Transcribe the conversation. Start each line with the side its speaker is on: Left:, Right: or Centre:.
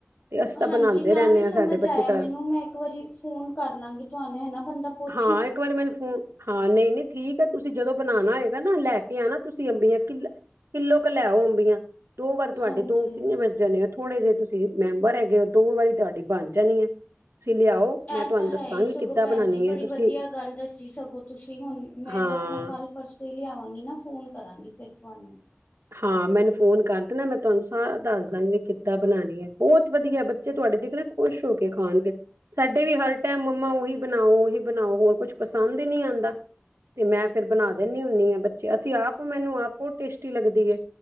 Right: ਤੇ ਅਸੀਂ ਤਾਂ
Left: ਹਾਂਜੀ
Right: ਬਣਾਉਂਦੇ
Left: ਨਾ
Right: ਰਹਿੰਦੇ
Left: ਵੀ ਸਮਝ
Right: ਹਾਂ ਸਾਡੇ
Left: ਆਇਆ
Right: ਬੱਚੇ
Left: ਮੈਨੂੰ
Right: ਤਾਂ
Left: ਮੈਂ ਇੱਕ ਵਾਰੀ ਫੋਨ ਕਰ ਲਾਂਗੀ ਤੁਹਾਨੂੰ ਹੈਨਾ ਬੰਦਾ ਪੁਛ
Right: ਹਾਂ ਇੱਕ ਵਾਰੀ ਮੈਨੂੰ ਫੋਨ ਹਾਂ ਨਹੀਂ ਨਹੀਂ ਠੀਕ ਹੈ ਤੁਸੀਂ ਜਦੋਂ ਬਣਾਉਣਾ ਹੋਏ। ਹੈਨਾ ਲੈ ਕੇ ਆਣਾ ਤੁਸੀਂ ਅੰਬੀਆਂ ਕਿ ਕਿੱਲੋ ਕੁ ਲੈ ਆਓ। ਅੰਬੀਆਂ ਦੋ ਵਾਰ ਤੁਹਾਡੇ
Left: ਹਾਂਜੀ
Right: ਦੋ ਕਿੰਨੇ ਬਚ ਜਾਣੇ ਥੋਣੇੇ ਜੇਹੇ ਤੁਸੀਂ ਮੈਂਬਰ ਹੈਗੇ ਹੋ ਦੋ ਵਾਰੀ ਤੁਹਾਡੀ ਬਣ ਜਾਣੀ ਏ ਤੁਸੀਂ ਲਿਆਓ।
Left: ਇਹ
Right: ਮੈਂ ਤੁਹਾਨੂੰ
Left: ਤੇ
Right: ਦੱਸਾਂਗੀ
Left: ਹੈ ਹੀ ਸਗੋਂ
Right: ਕਿੱਦਾਂ
Left: ਭੈਣ
Right: ਬਣਾਉਣੀ
Left: ਜੀ ਬੜੀ
Right: ਹੈ ਤੁਸੀਂ
Left: ਵਧੀਆ ਗੱਲ ਦੱਸੀ ਸਗੋਂ ਤੁਸੀਂ ਹੁਣ ਮੈਂ
Right: ਹਾਂ
Left: ਆਪਣਾ ਕੱਲ ਪਰਸੋਂ ਹੀ ਲਿਆਵਾਂਗੀ ਨਾ ਫ਼ੋਨ ਕਰਾਂਗੀ ਫੇਰ ਤੁਹਾਨੂੰ।
Right: ਹਾਂ ਮੈਨੂੰ ਫੋਨ ਕਰ ਦੇਨਾ ਮੈਂ ਤੁਹਾਨੂੰ ਸਾ ਦੱਸ ਦਾਂਗੀ ਕਿੱਦਾ ਬਣਾਣੀ ਏ। ਬੌਤ ਵਧੀਆ ਬੱਚੇ ਤੁਹਾਡੇ ਦੇਖ ਨਾ ਖੁਸ਼ ਹੋ ਕੇ ਖਾਣਗੇ। ਸਾਡੇ ਵੀ ਹਰ ਟਾਈਮ ਮੰਮਾ ਉਹੀ ਬਣਾਓ ਓਹੀ ਬਣਾਓ ਹੋਰ ਕੁਛ ਪਸੰਦ ਹੀ ਨੀ ਆਉਂਦਾ। ਤੇ ਮੈਂ ਫਿਰ ਬਣਾ ਦਿੰਦੀ ਹੁੰਦੀ ਹਾਂ ਬੱਚੇ ਅਸੀਂ ਆਪ ਮੈਨੂੰ ਆਪ ਬਹੁਤ ਟੇਸਟੀ ਲੱਗਦੀ ਏ।